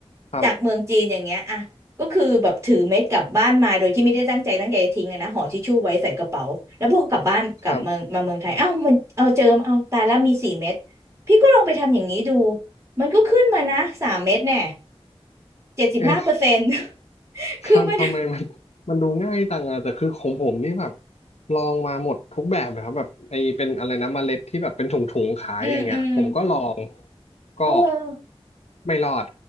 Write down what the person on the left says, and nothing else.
ครับ
ครับ
เอ๊ะ
ท่านทำไมมันมันดูง่ายจังอะแต่คือของผมนี่แบบลองมาหมดทุกแบบเลยครับแบบไอ้เป็นอะไรนะเมล็ดที่แบบเป็นถุงๆขายอย่างเงี้ยผมก็ลอง
ก็
ไม่รอด